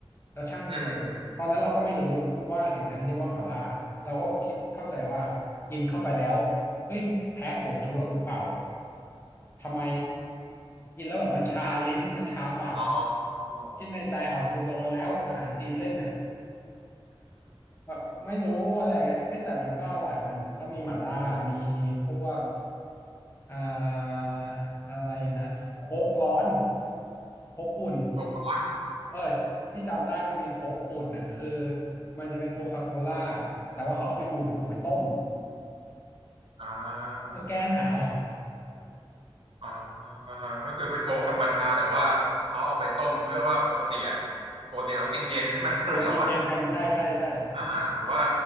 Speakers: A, on the left; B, on the right.
A: แล้วชั่งกิโล
B: อืม
A: ตอนนั้นเราก็ไม่รู้ว่าสิ่งนั้นเรียกว่าหม่าล่าเราก็คิดเข้าใจว่ากินเข้าไปแล้วเฮ้ยแพ้ผงชูรสหรือเปล่าทำไมกินแล้วแบบมันชาลิ้น <laughs> มันชาปาก
B: อ๋อ <laughs> อ๋อ
A: คิดในใจเอากูโดนแล้วอาหารจีนเล่น <laughs> นะแบบไม่รู้อะไรเงี้ยเอ้ยแต่มันก็อร่อยมันก็มีหม่าล่ามีพวก อ่าอะไรอีกนะโค้กร้อนโค้กอุ่น
B: <laughs> พวก
A: เออที่จำได้มันมีโค้กอุ่นอ่ะคือมันจะเป็นโคคาโคล่าแต่ว่าเขาเอาไปอุ่นเอาไปต้ม
B: อ่า
A: แล้วแก้หนาว
B: อ่าอ่าก็คือเป็นโค้กธรรมดาแต่ว่าเขาเอาไปต้มเพื่อว่าปกติอะปกติเรากินเย็นให้มันหายร้อน
A: ปกติเรากินเย็นกันใช่ใช่ใช่
B: อ่าแต่ว่า